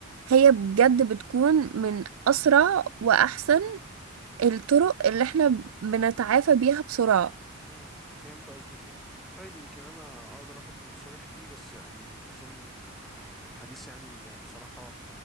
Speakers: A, on the right; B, in the centre.
A: هي بجد بتكون من اسرع واحسن الطرق اللي احنا بنتعافى بيها بسرعة
B: امم فهمت قصدك ايه طيب يمكن انا اقدر اخد بالنصايح دي بس يعني اظن ان الحديث يعني بصراحة